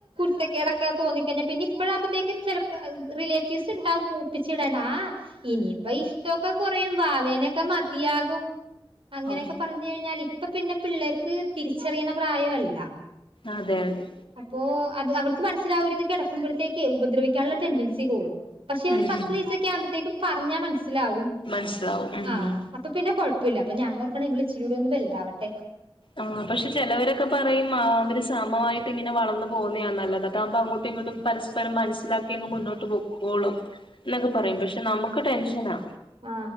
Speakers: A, on the right; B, on the left.
A: ഇഷ്ടക്കടൊക്കെ തോന്ന കഴിഞ്ഞാൽ പിന്നെ ഇപ്പഴാകുമ്പോത്തേക്കും ചിലപ്പോ റിലേറ്റീവ്സ് ഉണ്ടാവും പൂപ്പിച്ചിടണ്ടാ ഇനിയിപ്പ ഇഷ്ടമൊക്കെ കുറയും വാവേനൊക്കെ മതിയാകും അങ്ങനെയൊക്കെ
B: ഓ
A: പറഞ്ഞു കഴിഞ്ഞാൽ ഇപ്പൊ പിന്നെ പിള്ളേർക്ക് തിരിച്ചറിയണ പ്രായമല്ല
B: അതെ അതെ
A: അപ്പൊ അത് അവർക്ക് മനസ്സിലാവരു ഇത് കിടക്കുമ്പോഴത്തേക്കേ ഉപദ്രവിക്കാനുള്ള ടെൻഡൻസി കൂടും പക്ഷെ ഒരു
B: ഉം
A: പത്ത് പയസൊക്ക ആകുമ്പത്തേക്കും പറഞ്ഞ മനസ് മനസിലാവും
B: മനസ്സിലാവും ഉം
A: ആ അപ്പൊ പിന്നെ കൊഴ അപ്പില്ല ഞാൻ ഞാനോർക്കണെ ഇവൾ ഇച്ചിരി കൂടെ ഒന്ന് വലുതാവട്ടെ
B: ആ പക്ഷെ ചിലവരൊക്കെ പറയും അവര് സാമമായിട്ട് ഇങ്ങനെ വളർന്നു പോകുന്നതാണ് നല്ലത് അതാകുമ്പോ അങ്ങോട്ടും ഇങ്ങോട്ടും പരസ്പരം മനസ്സിലാക്കി അങ്ങ് മുന്നോട്ട് പോക്കോളും എന്നൊക്കെ പറയും പക്ഷെ നമുക്ക് ടെൻഷനാ
A: ആ